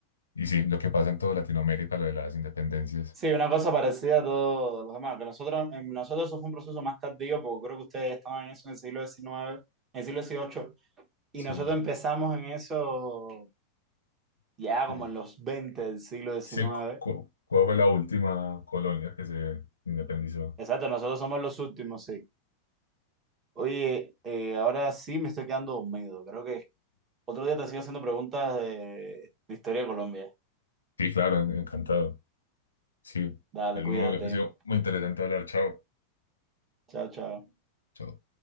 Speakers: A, on the left; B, on the right.
A: y sí, lo que pasa en toda Latinoamérica, lo de las independencias.
B: Sí, una cosa parecida a todos los demás. Que nosotros, en nosotros eso fue un proceso más tardío, porque creo que ustedes ya estaban en eso en el siglo XIX, en el siglo XVIII, y
A: Sí.
B: nosotros empezamos en eso ya como
A: Sí.
B: en los 20 del siglo XIX.
A: Sí, cu- cu- ¿cuál fue la última colonia que se independizó?
B: Exacto, nosotros somos los últimos, sí. Oye, eh, ahora sí me estoy quedando dormido. Creo que Otro día te sigo haciendo preguntas de, de historia de Colombia.
A: Sí, claro, encantado. Sí,
B: Dale,
A: es
B: cuídate.
A: muy, ha sido muy interesante hablar. Chao.
B: Chao, chao.
A: Chao.